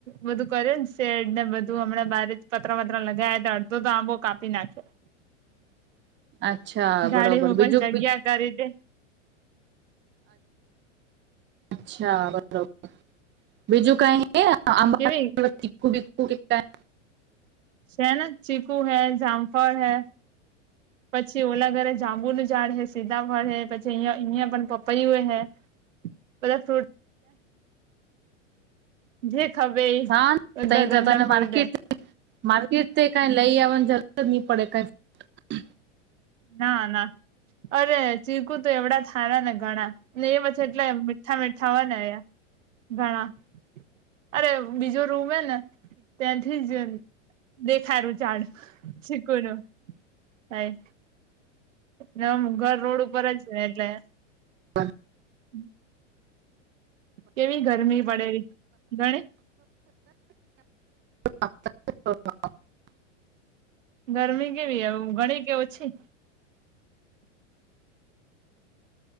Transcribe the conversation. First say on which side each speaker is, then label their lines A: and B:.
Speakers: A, on the right; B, on the right.
A: બધું કર્યું ને શેડ ને બધું હમણાં બારી પતત્રા વતરા લગાવયા હતા અડધો આબો કાપી નાખ્યો
B: <inaudible> અચ્છા
A: ગાડી
B: બરોબર
A: મૂકવાની
B: બીજું
A: જગ્યા કરી દે
B: અચ્છા બરોબર બીજું કાંઈ આબા
A: કેવી
B: પર તીખું તીખ <unintelligible>
A: છે ને ચીકુ હે જામફળ હે પછી ઓલા ઘરે જાંબુનું ઝાડ હે સીતાફાળ હે પછી અહં અહિયાં પણ પપૈયું હે બધા ફ્રૂટ જે ખબે ઈ
B: હા
A: બધા
B: તઈ
A: ઘરના
B: તો
A: ફ્રૂટ
B: માર્કેટ
A: હે
B: માર્કેટથી કાઈ લઈ આવાની જરૂર ની પડે કાઈ
A: ના ના અરે ચીકુ તો એવડા હારા ને ઘણા ને એ પછી એટલે મીઠા મીઠા હોય ને એ ઘણા અરે બીજો રૂમ હેને ત્યાંથી જ દેખાયું ઝાડ ચીકુનું ખાય નામ ઘર રોડ ઉપર જ છે એટલે
B: <unintelligible>
A: <inaudible> કેવી ગરમી પડે ગણે
B: <inaudible>
A: ગરમી કેવી ઘણી કે ઓછી